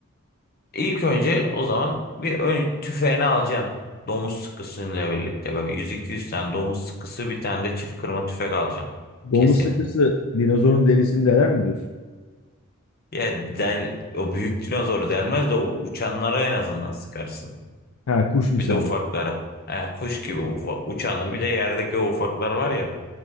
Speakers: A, on the left; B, on the left.
A: ilk önce o zaman bir ön tüfeğini alacaksın. Domuz sıkısıyla birlikte böyle 100-200 tane domuz sıkısı bir tane de çift kırma tüfek alacaksın.
B: Domuz
A: Kesin.
B: sıkısı dinozorun derisini deler mi diyorsun?
A: Ya del o büyük dinozoru delmez de o uçanlara en azından sıkarsın.
B: Ha kuş misali.
A: Bir de ufaklara. E, kuş gibi ufa, uçana bir de yerdeki o ufaklar var ya.